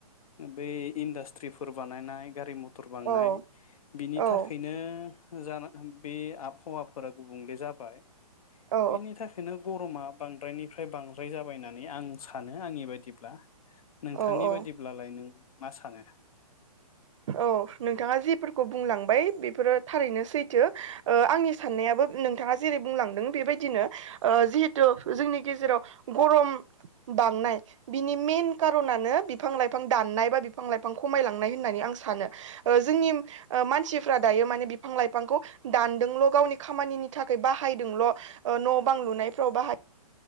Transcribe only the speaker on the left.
बै इन्डासट्रिफोर बानायनाय गारि मथ टर बांनाय
बिनि
थाखैनो जानो <unintelligible> बे आबहावाफोरा गुबुंले जाबाय।
बेनि थाखायनो गरमा बांद्रायनि फ्राय बांद्राय जाबाय होननानै आं सानो आंनि बायदिब्ला नोंथांनि
बायदिब्लालाय नों मा सानो?